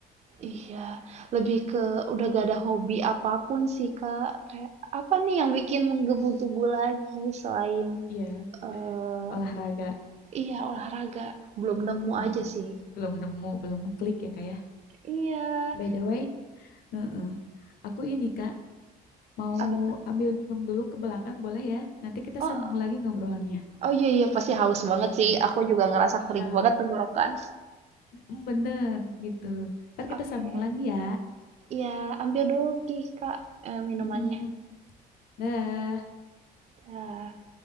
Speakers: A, on the right; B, on the left.
A: iya. Lebih ke udah gak ada hobi apapun sih, Kak. Kayak apa nih yang bikin menggebu-gebu lagi selain,
B: iya
A: eh
B: olahraga
A: iya olahraga. Belum nemu
B: Eh,
A: aja sih.
B: belum nemu belum klik ya kak ya
A: Iya,
B: by the way Heeh. Aku ini Kak mau
A: apa tuh?
B: ambil minum dulu ke belakang boleh ya? Nanti kita
A: Oh
B: sambung lagi ngobrolnya.
A: Oh iya iya pasti haus banget sih.
B: Hmm.
A: Aku juga ngerasa
B: Iya,
A: kering banget tenggorokan.
B: mm, bener gitu. Ntar
A: Oke,
B: kita sambung lagi ya.
A: ya ambil dulu Ki, Kak eh, minumannya.
B: Mm-mm. Dah.
A: Ya.